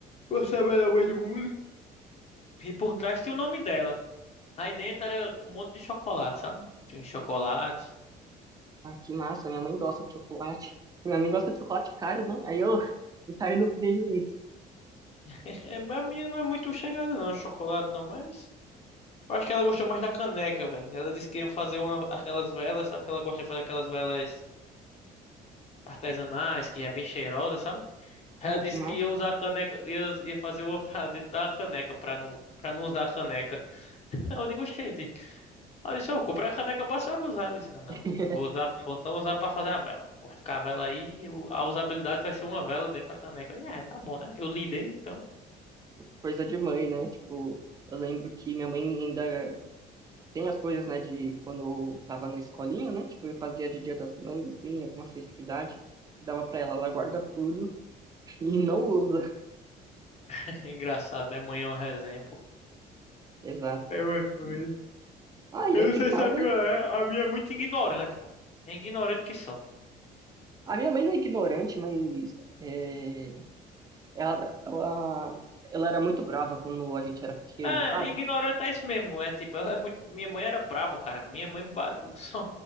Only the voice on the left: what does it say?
Você é a melhor mãe do mundo. E por trás tinha o nome dela. Aí dentro era com um monte de chocolate, sabe? Tinha uns chocolates.
É, a minha não é muito chegada, não, chocolate não, mas. Eu acho que ela gostou mais da caneca, velho. Ela disse que ia fazer uma- aquelas velas, sabe? Que ela gosta de fazer aquelas velas artesanais, que é bem cheirosa, sabe? Ela
disse
que ia usar a caneca, ia, ia fazer uma pra dentro da caneca, pra não, pra não usar a caneca. <laughs> Eu digo, oxente. Ela disse, eu comprei a caneca pra senhora usar. Ela disse, não, não,
não vou usar, vou só usar pra fazer a vela. Vai ficar a vela aí, eu- a usabilidade vai ser uma vela dentro da caneca. Eu disse, ah, tá bom, né? Eu lidei, então.
<laughs> Engraçado, né? Manhã é uma resenha, pô.
É uma coisa.
Eu
não sei
se a tua é, a minha é muito ignorante, pô. É ignorante que só.
É,
ignorante é isso mesmo. É tipo, ela é muito. Minha mãe era brava, cara. Minha mãe ba- <laughs> só.